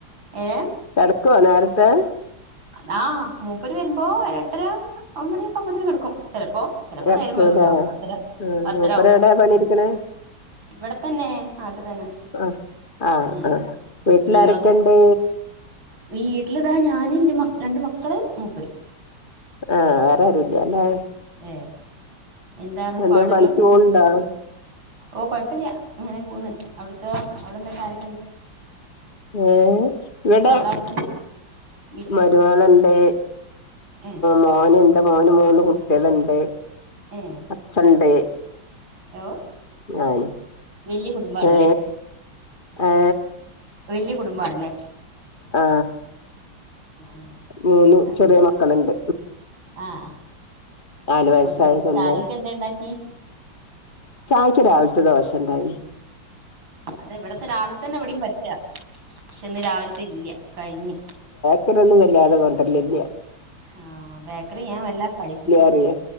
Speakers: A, on the right; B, on the left.
A: ഏ
B: കിടക്കുവോ നേരത്തെ
A: എന്നാ മൂപ്പര് വരുമ്പോ ഒ എട്ടര ഒമ്പണി ഒക്കെ ആവുമ്പോത്തിന് കെടക്കും. ചെലപ്പോ ചെലപ്പോ
B: കിടക്കൂല്ലേ
A: നേരം വൈകും ട്ടോ
B: ആഹ്
A: പത്തര പത്തര
B: മൂപ്പര്
A: ആവും
B: എവിടെയാ പണിയെടുക്കണേ
A: ഇവിടെ തന്നെ നാട്ടി തന്നെ
B: ആഹ് ആഹ്
A: ഉം
B: ആഹ വീട്ടില
A: ഇങ്ങളതോ
B: ആരൊക്കെണ്ട്
A: വീട്ടിലിതാ ഞാനും എന്റെ രണ്ട മക്കള് മൂപ്പര്
B: ആഹ് വേറാരുല്ലാല്ലേ
A: ഏഹ് എന്താണ്
B: എന്തേം
A: പാടുകളൊക്കെ
B: പണിക്ക്
A: എന്നിട്ട്
B: പോണണ്ടാ
A: ഓ കൊഴപ്പല്ല അങ്ങനെ പോന്ന് അവിടത്തെ അവിടെ എന്ത കാര്
B: ഏ ഇവിടെ
A: അവിടെ ആരൊക്കെണ്ട് വീട്ടില്
B: മരുമകള്ണ്ട്
A: ഏഹ്
B: മോനുണ്ട് മോന് മൂന്ന് കു ട്ട്യാള്ണ്ട്
A: ഏഹ്
B: അച്ചണ്ട്.
A: ഓ
B: ഞാനും
A: വല്യ കുടുംബാണ്ല്ലേ
B: ഏ ഏ
A: വല്യ കുടുംബാണ് ല്ലേ
B: ആ
A: ആഹ്
B: മൂന്ന്
A: അങ്ങനെ
B: ചെറിയ മക്കളുണ്ട്.
A: ആഹ്
B: നാല്
A: അപ്പൊ
B: വയസായതൊന്ന്
A: അങ്ങനെ ചായക്ക് എന്താ ഇണ്ടാക്കി
B: ചായക്ക് രാവിലത്തെ ദോശ ഉണ്ടായിനി
A: അത ഇവിടത്തെ രാവില തന്നെ ഇ വിടെയും പറ്റാ പക്ഷെ ഇന്ന് രാവിലത്തെ ഇല്ല കഴിഞ്ഞു
B: <unintelligible> കൊണ്ടര്ലില്ല
A: ആഹ ബേക്കറി ഞാൻ വല്ല കഴിപ്പി
B: അറിയ